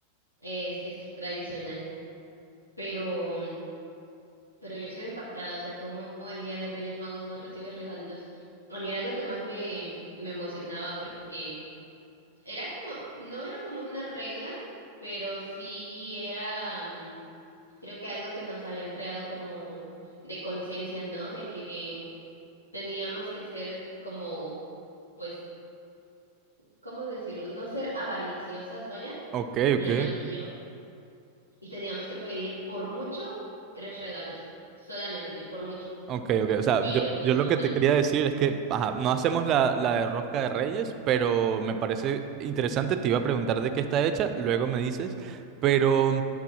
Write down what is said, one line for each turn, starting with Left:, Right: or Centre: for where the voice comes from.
Left: es, es tradicional, pero, pero yo sigo impactada, o sea, como el Día de Reyes Magos no recibe regalos. A mí era lo que más me, me emocionaba, porque Era como, no era como una regla, pero sí era, mm, creo que algo que nos habían creado como de conciencia, ¿no? De que teníamos que ser como, pues, ¿cómo decirlo? No ser avariciosas, vaya,
Right: Ok,
Left: mi
Right: ok.
Left: hermana y yo, y teníamos que pedir por mucho tres regalos, solamente, por mucho,
Right: Ok, ok. O sea,
Left: pero
Right: yo, yo
Left: no
Right: lo que
Left: más.
Right: te quería decir es que, ajá, no hacemos la, la de rosca de Reyes, pero me parece interesante. Te iba a preguntar de qué está hecha, luego me dices, pero...